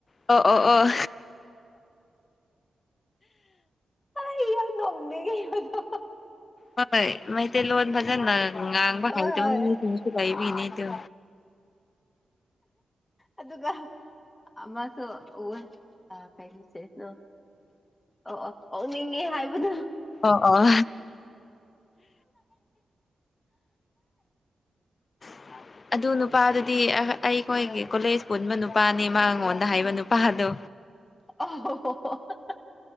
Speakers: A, on the left; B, on the left.
A: ꯑꯣ ꯑꯣ ꯑꯣ
B: ꯑꯩ ꯌꯥꯝ ꯅꯣꯛꯅꯤꯡꯉꯦ ꯑꯗꯣ
A: ꯍꯣꯏ ꯃꯩꯇꯩꯂꯣꯟ ꯐꯖꯅ ꯉꯥꯡꯕ
B: ꯍꯣꯏ
A: ꯍꯩꯇꯕ
B: ꯍꯣꯏ
A: ꯃꯤꯁꯤꯡꯁꯨ ꯂꯩꯕꯤꯅꯤꯗꯣ
B: ꯑꯗꯨꯒ ꯑꯃꯁꯨ ꯎꯌꯦ ꯑ ꯀꯩ ꯃꯦꯁꯦꯖꯅꯣ ꯑꯣ ꯑꯣ ꯑꯣꯛꯅꯤꯡꯉꯦ ꯍꯥꯏꯕꯗꯣ
A: ꯑꯣ ꯑꯣ <unintelligible> ꯑꯗꯨ ꯅꯨꯄꯥꯗꯨꯗꯤ ꯑꯍ ꯑꯩꯈꯣꯏꯒꯤ ꯀꯣꯂꯦꯖ ꯄꯨꯟꯕ ꯅꯨꯄꯥꯅꯤ ꯃꯥꯉꯣꯟꯗ ꯍꯥꯏꯕ ꯅꯨꯄꯥꯗꯣ
B: ꯑꯣ